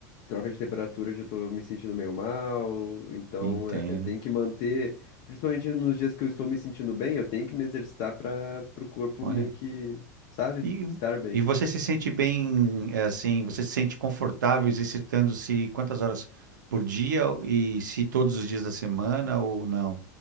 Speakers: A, on the left; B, on the right.
A: troca de temperatura, eu já tô me sentindo meio mal. Então,
B: entendo.
A: é, eu tenho que manter, principalmente nos dias que eu estou me sentindo bem, eu tenho que me exercitar para o corpo
B: Olha.
A: meio que, sabe,
B: E,
A: estar bem.
B: e você se sente bem, é, assim, você se sente confortável exercitando-se quantas horas por dia e se todos os dias da semana ou não?